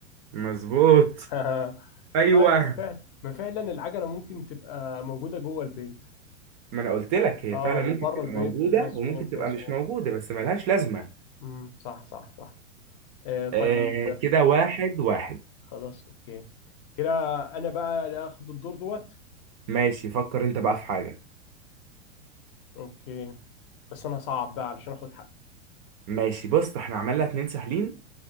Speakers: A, on the right; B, on the left.
A: مظبوط
B: <laughs>
A: ايوه
B: طيب ما فعلا ما فعلا العجله ممكن تبقى موجوده جوه البيت
A: ما انا قلت لك هي
B: اه
A: فعلا ممكن
B: وبره
A: تبقى
B: البيت
A: موجودة
B: مظبوط
A: وممكن تبقى
B: مظبوط
A: مش موجودة بس ملهاش لازمة
B: امم صح صح صح آه طيب
A: آه كده واحد واحد
B: خلاص اوكي كده انا بقى اللي اخد الدور دوت
A: ماشي فكر انت بقى في حاجة
B: اوكي بس انا هصعب بقى علشان اخد حقي
A: ماشي بص احنا عملنا اتنين سهلين